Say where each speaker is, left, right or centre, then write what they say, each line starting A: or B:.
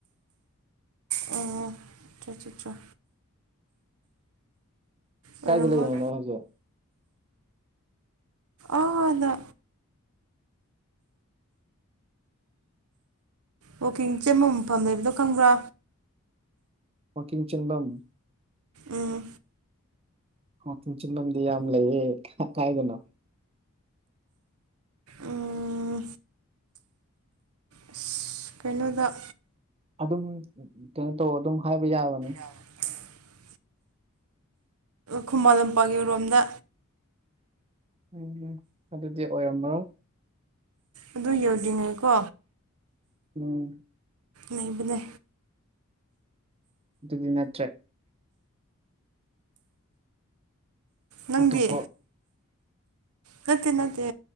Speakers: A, on the right; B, on the right.
A: ꯑꯣ ꯆ ꯑꯣꯏꯔꯝꯃꯣꯏ
B: ꯀꯥꯏꯗ ꯂꯩꯒꯅꯣꯏ ꯍꯧꯁꯦ
A: ꯑꯅ ꯋꯀꯤꯡ ꯆꯦꯃ ꯃꯐꯝ ꯂꯩꯕꯗꯣ ꯈꯪꯕ꯭ꯔꯥ
B: ꯃ ꯀꯡ ꯆꯤꯟꯕꯝ
A: ꯑꯥ
B: ꯃ ꯆꯅꯗꯤ ꯌꯥꯝꯝꯂꯒꯤ ꯀꯥꯏꯗꯅꯣ
A: ꯎꯝ ꯑꯁ ꯀꯩꯅꯣꯗ
B: ꯑꯗꯨꯝ ꯀꯩꯅꯣ ꯇꯧ ꯑꯗꯨꯝ ꯍꯥꯏꯕ ꯌꯥꯕꯅꯤ
A: <unintelligible> ꯈꯨꯃꯟ ꯂꯝꯄꯥꯛꯒꯤꯔꯣꯝꯗ
B: ꯎꯝ ꯑꯗꯨꯗꯤ ꯑꯣꯏꯔꯝꯃ꯭ꯔꯣ
A: ꯑꯗꯨ ꯌꯧꯗ꯭ꯉꯩꯀꯣ
B: ꯑꯣꯝ
A: ꯂꯩꯕꯅꯦ
B: ꯑꯗꯨꯗꯤ ꯅꯠꯇ꯭ꯔꯦ
A: ꯅꯪꯗꯤ
B: ꯑꯇꯣꯞꯄ
A: ꯅꯠꯇꯦ ꯅꯠꯇꯦ